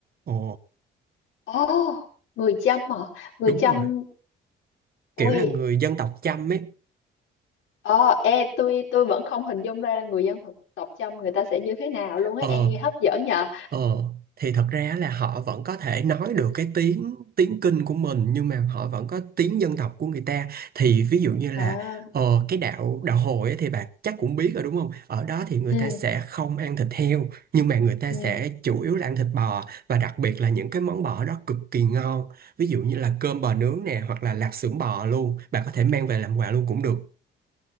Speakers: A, on the right; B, on the left.
A: Ồ,
B: Ồ, người Chăm hả? Người
A: đúng
B: Chăm,
A: rồi.
B: ui,
A: Kiểu là người dân tộc Chăm ấy.
B: ờ, ê, tôi tôi vẫn không hình dung ra là người dân tộc tộc Chăm người ta sẽ như thế nào luôn á.
A: Ờ,
B: Em nghe hấp dẫn nhờ.
A: ờ. Thì thật ra là họ vẫn có thể nói được cái tiếng tiếng Kinh của mình nhưng mà họ vẫn có tiếng dân tộc của người ta. Thì ví dụ như là
B: À.
A: ờ, cái đạo đạo Hồi ấy, thì bà chắc cũng biết rồi đúng không? Ở đó thì người
B: ừ
A: ta sẽ không ăn thịt heo nhưng mà người ta
B: ừ
A: sẽ chủ yếu là ăn thịt bò và đặc biệt là những cái món bò đó cực kỳ ngon. Ví dụ như là cơm bò nướng nè hoặc là lạp xưởng bò luôn. Bà có thể mang về làm quà luôn cũng được.